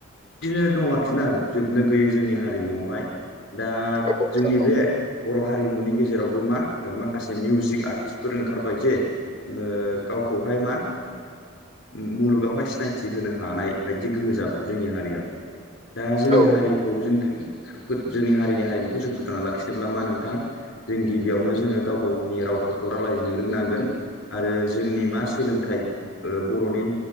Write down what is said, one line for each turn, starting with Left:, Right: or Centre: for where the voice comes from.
Left: दिनो दङ आरोखि ना जोबनो गैयै जोंनि हारिमुआव। <unintelligible> दा
Right: औ नोंथां
Left: जोंनि
Right: औ
Left: बे बर' हारिमुनि गेजेरावबो मा ओ माखासे मिउजिक आरथिसफोर ओंखारबाय जे। लो गावखौहाय मा उम मुलुगावहाय सिनायथि होनो हानाय बायदि गोहो जाबाय जोंनि हारियाबो। दा जोंनि
Right: औ
Left: हारिखौ जों फो जोंनि हारिनि हारिमुखौ जों फोथांना लाखिनोब्ला मा नोंथां जों गिबियावनो जोङो गाव गावनि रावफोरखौ रालायजनो रोंनांगोन। आरो जोंनि मा सोलोंथाइ ओ बर'नि